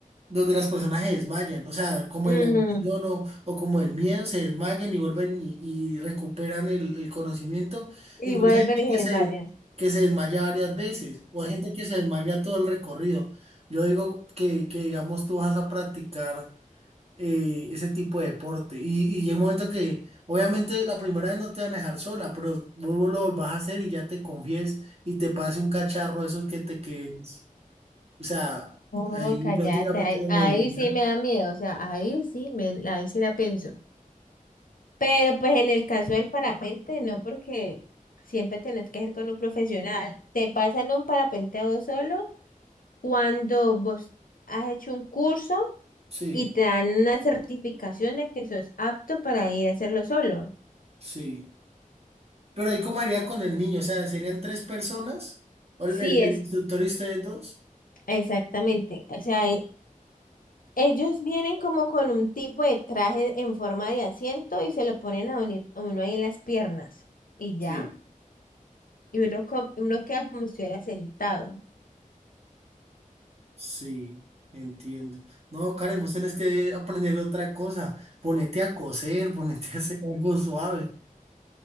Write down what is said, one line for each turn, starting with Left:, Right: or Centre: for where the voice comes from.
Right: donde las personas se desmayan, o sea, como
Left: Mm,
Right: de la emoción o, o como del miedo, se desmayan y vuelven y, y recuperan el, el conocimiento.
Left: Y
Right: Incluso
Left: vuelven
Right: hay gente
Left: y
Right: que
Left: se
Right: se,
Left: desmayan.
Right: que se desmaya varias veces o hay gente que se desmaya todo el recorrido. Yo digo que, que digamos, tú vas a practicar eh, ese tipo de deporte. Y, y llega un momento que, obviamente, la primera vez no te van a dejar sola, pero vuelvo lo volvás a hacer y ya te confíes y te pase un cacharro de esos que te quedes. O sea,
Left: Oh,
Right: ahí
Left: cállate,
Right: prácticamente
Left: ahí,
Right: no moriría.
Left: ahí sí me da miedo, o sea, ahí sí me, ahí sí la pienso. Pero pues en el caso del parapente, no, porque siempre tenés que ir con un profesional. Te pasan un parapente a vos solo cuando vos has hecho un curso
Right: Sí,
Left: y te dan una certificación de que sos apto para ir a hacerlo solo.
Right: sí. Pero ahí cómo haría con el niño, o sea, serían tres personas, o
Left: Sí,
Right: el, el- el
Left: es
Right: instructor y ustedes dos.
Left: exactamente. O sea, Ellos vienen como con un tipo de traje en forma de asiento y se lo ponen a, uni- a uno ahí en las piernas. Y ya.
Right: Sí,
Left: Y uno, co- uno queda como si estuviera sentado.
Right: sí, entiendo. No, Karen, vos tenés que aprender otra cosa. Ponete a coser, <laughs> ponete a hacer algo suave.